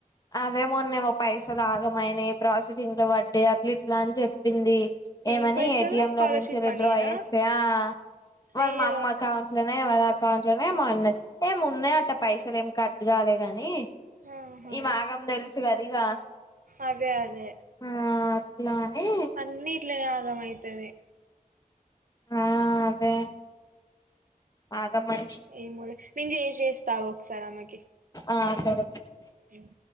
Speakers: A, on the left (about 25°); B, on the right (about 65°).
A: అదేమోన్నేమో పైసలు ఆగమైనా ప్రాసెసింగ్ లో పడ్డయి అట్లా ఇట్లా అని చెప్పింది. ఏమని
B: ఏం పైసలు
A: ఏ టి ఎం
B: స్కాలర్షిప్
A: లో నుంచిలో
B: మనీయేనా
A: డ్రా చేస్తే ఆ వాళ్ళ
B: అయ్యో
A: మా అమ్మ కావించిలేన వద అకౌంట్ లోనే ఏమోన్నది ఏమి ఉన్నాయ అట పైసలు ఏమి కట్టుగాలే కని
B: ఆహా
A: ఈమే ఆగం తెలుసు కది ఇగ
B: అదే అదే
A: ఆ అట్లా అని
B: అన్ని ఇట్లనే ఆగం అయితది
A: ఆ అదే ఆగం మనిషి
B: ఏమోలే నేన్ చేస్ ఏస్తా ఒక సారీ ఆమెకి
A: ఆ సరే
B: ఉమ్